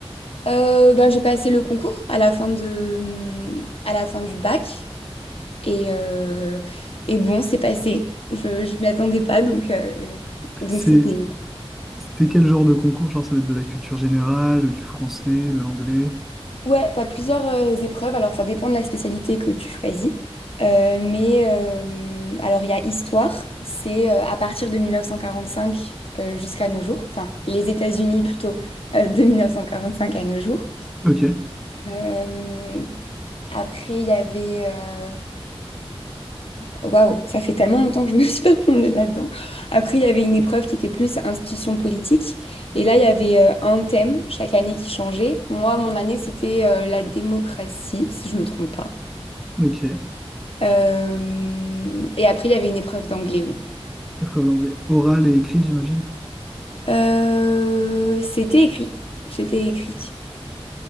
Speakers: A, on the left; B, in the centre.
A: Euh, ben, j'ai passé le concours à la fin de, à la fin du bac et, euh, et bon, c'est passé. Je, je m'y attendais pas, donc, euh, donc
B: C'est
A: c'était...
B: c'est quel genre de concours? Genre, ça va être de la culture générale, du français, de l'anglais.
A: Ouais, t'as plusieurs euh, épreuves, alors ça dépend de la spécialité que tu choisis. Euh, mais euh, alors il y a histoire, c'est euh, à partir de 1945 euh, jusqu'à nos jours, enfin les États-Unis plutôt, euh, de 1945 à nos jours.
B: Ok,
A: Euh, après il y avait euh, Waouh, ça fait tellement longtemps que je me suis pas plongée là-dedans. Après, il y avait une épreuve qui était plus institution politique. Et là, il y avait euh, un thème chaque année qui changeait. Moi, mon année, c'était euh, la démocratie, si je me trompe pas.
B: ok.
A: Euh, Et après, il y avait une épreuve d'anglais, oui.
B: Épreuve d'anglais orale et écrite, j'imagine.
A: Euh, C'était écrit. C'était écrit.